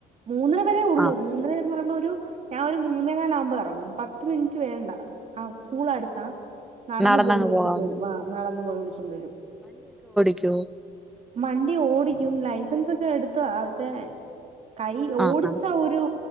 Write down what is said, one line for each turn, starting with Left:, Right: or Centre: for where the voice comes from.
Right: മൂന്നര വരെ ഉള്ളൂ
Centre: ആഹ്
Right: മൂന്നര എന്ന് പറയുമ്പോ ഒരു ഞാൻ ഒരു മൂന്നേ കാല ആകുമ്പോൾ ഇറങ്ങും പത്ത മിനിറ്റ് വേണ്ട ആ സ്കൂൾ അടുത്താ നടന്നു
Centre: നടന്നങ്ങ്
Right: പോയി വിളിച്ചോണ്ട
Centre: പോകാവുന്ന
Right: വരും ആ് നടന്നു പോയി വിളിച്ചോണ്ട വരും
Centre: ക്കോ
Right: മണ്ടി ഓടിക്കും ലൈസൻസ് ഒക്കെ എടുത്തതാ പശേ കൈ
Centre: ആഹ്
Right: ഓടിച്ച
Centre: ആഹ്
Right: ഒരു